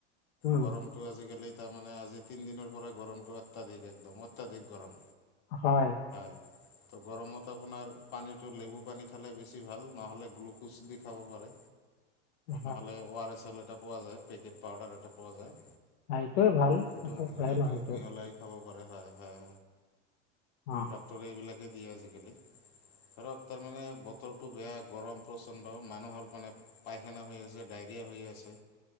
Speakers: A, on the left; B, on the left.
A: উম
B: গৰমটো আজি কালি তাৰমানে আজি তিন দিনৰ পৰা গৰমটো অত্যাধিক একদম, অত্যাধিক গৰম।
A: হয়
B: <unintelligible> গৰমত আপোনাৰ পানীটো নেমু পানী খালে বেছি ভাল নহ'লে গোলোকজ দি খাব পাৰে
A: হয়
B: নহলে অ আৰ এছ এল এটা পোৱা যায় পেকেট পাউডাৰ এটা পোৱা যায়।
A: এইটোৱেই ভাল
B: সেইটো
A: একো বেয়া
B: সেইটো
A: নহয়টো
B: মিহলাই খাব হয় হয়
A: অ
B: ডক্তৰে এইবিলাকে দিয়ে আজিকালি। ধৰক তাৰ মানে বতৰটো বেয়া গৰম প্ৰচণ্ড মানুহৰ মানে পায়খানা হৈ আছে ডায়ৰ হৈ আছে